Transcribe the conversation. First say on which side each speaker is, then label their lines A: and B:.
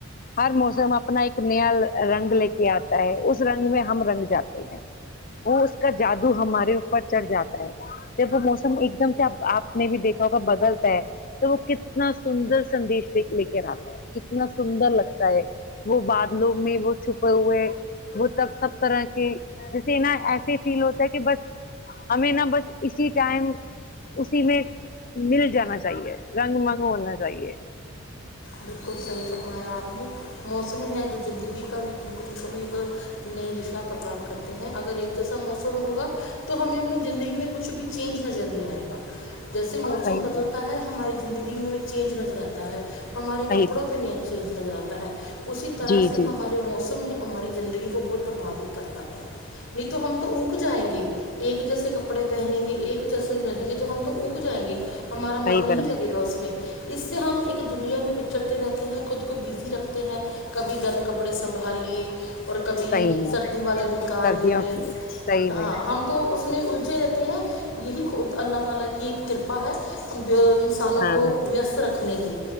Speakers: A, on the left (about 40°); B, on the left (about 70°).
A: ہر موسم اپنا ایک نیا رنگ لے کے آتا ہے اس رنگ میں ہم رنگ جاتے ہیں وہ اس کا جادو ہمارے اوپر چڑھ جاتا ہے جب وہ موسم ایک دم سا آپ نے بھی دیکھا ہوگا بدلتا ہے تو وہ کتنا سندر سندیش لے کے آتا ہے کتنا سندر لگتا ہے وہ بادلوں میں وہ چھپے ہوئے ہیں وہ تب <unintelligible> جیسے نا ایسے فیل ہوتا ہے کہ بس ہمیں نا بس اسی ٹائم اسی میں مل جانا چاہیے رنگ منگ ہونا چاہیے
B: بالکل صحیح فرمایا آپ نے موسم ہے جو زندگی کا بھی زندگی کا بھی ایک نئی دشا پردان کرتے ہیں اگر ایک جیسا موسم ہوگا تو ہمیں اپنی زندگی میں کچھ بھی چینج نظر نہیں آئے گا جیسے موسم
A: صحیح
B: بدلتا
A: میں
B: ہے ہماری زندگی میں چینج نظر آتا ہے ہمارے
A: صحیح
B: کپڑوں
A: میں
B: پہ نہیں چینج نظر آتا ہے اسی طرح
A: جی
B: سے
A: جی
B: ہمارے موسم ہے ہماری زندگی کو بہت پرباوت کرتا ہے نہیں تو ہم تو اوک جائیں گے ایک جیسے کپڑے پہنیں گے ایک جیسے رہیں گے تو ہم تو اگ جائیں گے ہمارا من
A: صحیح
B: نہیں
A: فرما
B: لگے گا اس میں اس سے ہم ایک دنیا میں چڑتے رہتے ہیں خود کو بزی رکھتے ہیں کبھی گرم کپڑے سنبھال لیے اور کبھی
A: صحیح میں
B: سردی والے نکال
A: سردیوں
B: لیے
A: کی صحیح
B: ہاں
A: میں
B: ہم تو اس میں الجے رہتے ہیں یہی خ اللہ تعالی کی ایک کرپا ہے ہم ان سے کسانوں
A: ہاں
B: کو ویست رکھنے کی